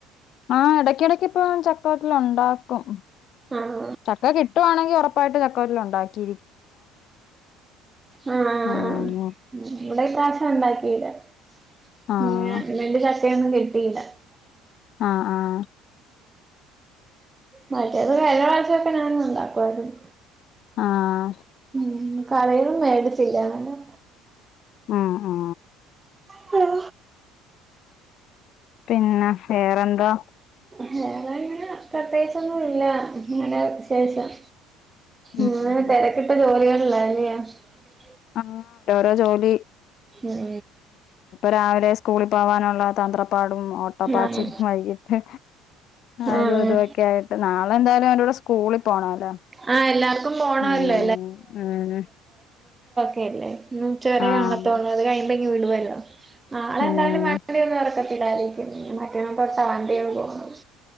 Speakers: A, on the left (about 60°); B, on the right (about 20°).
A: ആ ഇടക്ക് ഇടക്ക് ഇപ്പൊ ചക്കവറ്റിൽ ഉണ്ടാക്കും
B: ആഹ്
A: ചക്ക കിട്ടുവാണെങ്കി ഉറപ്പ ആയിട്ട് ചക്ക <unintelligible> ഉണ്ടാക്കി
B: അ അ അ
A: ആഹ്
B: ഇവിടെ ഈ പ്രാവിശ്യം ഉണ്ടാക്കില്ല എ <unintelligible>
A: ആഹ്
B: യൊന്നും കിട്ടിയില്ല
A: ആ ആ
B: മറ്റേത് കഴിഞ്ഞ പ്രാവശ്യമൊക്കെ ഞാൻ ഉണ്ടാക്കുവായിരുന്നു
A: ആഹ്
B: ഉം കറയും മേടിച്ചിലാന്നല്ലേ
A: ആ ആ
B: ഹലോ
A: പിന്നെ വേറെന്താ
B: വേറെ ഇങ്ങനെ പ്രത്യേകിച്ചൊന്നും ഇല്ല ഇങ്ങനെ വിശേഷം
A: ഉം
B: ഇങ്ങനെ
A: ഉം
B: തേരക്കിട്ട ജോലികളില്ലാ <unintelligible>
A: ആ <unintelligible> ഇപ്പം ജോലി
B: ഉം
A: രാവിലെ സ്കൂളി പോവാനുള്ള ത തന്ത്രപ്പാടും ഓട്ടപ്പാച്ചിലും
B: ആഹ്
A: വൈകീട്ട് അതും
B: ആഹ്
A: ഇതൊക്കെ ആയിട്ട് നാളെ എന്തായാലും അവന്റെ കൂടെ സ്കൂളിൽ പോണല്ലോ
B: ആഹ് എല്ലാർക്കും പോണമല്ലോ
A: ഉം ഉം
B: യേല്ലേ ഇന്നുച്ചവരെ
A: ആഹ്
B: കാണത്തോളു അത് കഴിഞ്ഞ് ങ്ങ് വിടുവല്ലോ നാളെന്തായാലും
A: ഉം
B: വേണ്ടി <unintelligible> യിരിക്കും മറ്റന്നാ തൊട്ട വണ്ടിയേള് പോകുന്നത്